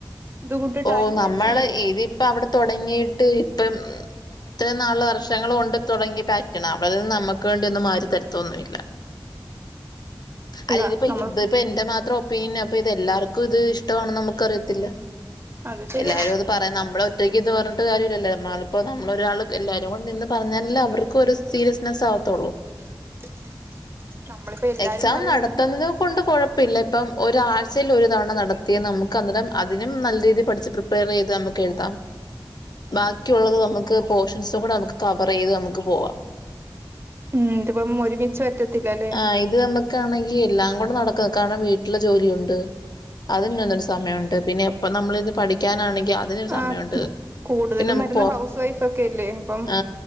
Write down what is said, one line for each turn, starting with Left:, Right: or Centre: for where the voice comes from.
Right: ഇത് കൂട്ട്
Left: ഓ
Right: ടൈം
Left: നമ്മള്
Right: വെച്ച്
Left: ഇതിപ്പം അവിടെ തൊടങ്ങിയിട്ട് ഇപ്പം ഇത്ര നാള് വർഷങ്ങൾ കൊണ്ട് തൊടങ്ങിയിട്ട് അവിര് നമ്മക്ക് വേണ്ടി ഒന്നും മാറ്റിത്തരത്തൊന്നുല്ല <unintelligible>
Right: അല്ല
Left: ഇത്പ്പ
Right: നമ്മൾ
Left: എന്റെ മാത്രം ഒപ്പീനിയൻ അപ്പൊ ഇത് എല്ലാർക്കും ഇത് ഇഷ്ടമാണെന്ന് നമുക്ക് അറിയത്തില്ല
Right: അത് ശരിയ
Left: എല്ലാരും അത് പറയ നമ്മളൊ <unintelligible> പറഞ്ഞിട്ട് കാര്യല്ലല്ലോ നമ്മളൊരാള് എല്ലാവരുംടെ നിന്ന് പറഞ്ഞാലാൽ അവർക്കും ഒരു സീരിയസ്നസ് ആവ ത്തുള്ളൂ ത്തോള്ളൂ
Right: <inaudible> നമ്മളിപ്പോ എല്ലാരും
Left: എക്സാം
Right: പറയുന്നത്
Left: നടത്തുന്നത് കൊണ്ട് കൊഴപ്പില്ല ഇപ്പം ഒരാഴ്ചയിൽ ഒര് തവണ നടത്തിയ നമുക്ക് അന്നേരം അതിനും നല്ല രീതിയിൽ പഠിച്ചച്ച് പ്രിപ്പയർ ചെയ്ത് നമുക്ക് എഴുതാം ബാക്കിയുള്ളത് നമുക്ക് പോർഷൻസും കൂടെ നമുക്ക് കവറെയ്ത് നമുക്ക് പോവാാം
Right: ഉം ഇതിപ്പം ഒരുമിച്ച് പറ്റത്തില്ലല്ലേ
Left: ആ ഇത് നമ്മക്കാണെങ്കി എല്ലാം കൂടെ നടക്കും കാരണം വീട്ടിലെ ജോലിയുണ്ട് അതിന്നൊരു സമയമുണ്ട് പിന്നെ എപ്പം നമ്മളിന്ന് പഠിക്കാനാണെങ്കിൽ അതിനരു
Right: ആ
Left: സമയുണ്ട്
Right: കൂടുതലും
Left: പിന്നെ നമ്മുക്ക്
Right: വരുന്ന
Left: പോർ
Right: ഹൗസ് വൈഫ് ഒക്കെ അല്ലേ അപ്പം
Left: ആ